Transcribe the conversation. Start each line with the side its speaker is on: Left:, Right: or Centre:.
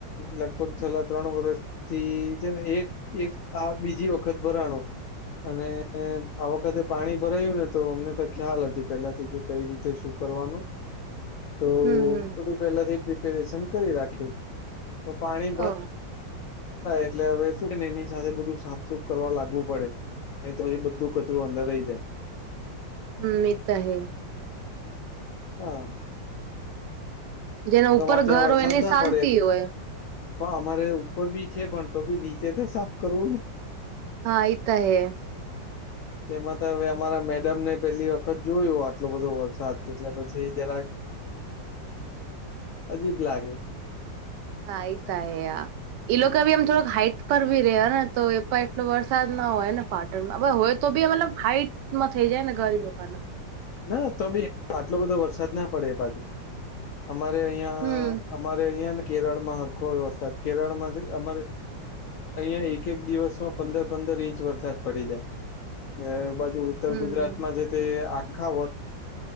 Left: લગભગ છેલ્લા ત્રણ વર્ષથી છે ને એક એક આ બીજી વખત બરાણો અને આ વખતે પાણી ભરાયું ને તો અમને તો ખ્યાલ હતી પેલા થી કઈ રીતે શું કરવાનું તો
Right: હમ હમ
Left: પથી પ્રપેરેશન કરીખ્યું પાણી ભ
Right: ઓ
Left: એટલે હવે શુંને એની સાથે બધું સાફસુફ કરવા લાગવું પડે એ તો એ બધું કચરું અંદર રહી જાય
Right: હમ એ તોાય
Left: હા
Right: જેના
Left: તોમાં
Right: ઉપર
Left: ત્યાં
Right: ઘર
Left: વરસાદ
Right: હોય એને
Left: ના
Right: શાંતિ
Left: પડે એટલે
Right: હોય
Left: હ અમારે ઉપર બી છે પણ તો બી નીચે તો સાફ કરવું
Right: હા આઈતા હ
Left: તેમાં તો હવે અમારા મેડમને પેલી વખત જોયું આટલો બધો વરસાદ એટલે પછી જરા અજીબ લાગે
Right: હે કાય યહાં ઈ લોકો ભી આમ થોક હાઈટ પર ભી રે ને તો એ પણ એટલો વરસાદ ના હોયને પાર્ટરમાં હોય તો બી મતલબ હાઈટમાં થઈ જાય ને ગરીના
Left: ના તો બી આટલો બધો વરસાદ ના પડે બાજુ અમારે અહિયાં
Right: હમ
Left: અમારે અહિયાં ને કેરળમાં હરખોય વરસાદ કેરળમાંથી અમારે અહિયાં એક એક દિવસમાં પંદર પંદર ઇંચ વરસાદ પડી જાય બાજુ ઉત્તર
Right: હમ
Left: ગુજરાતમાં જે તે આખા વર્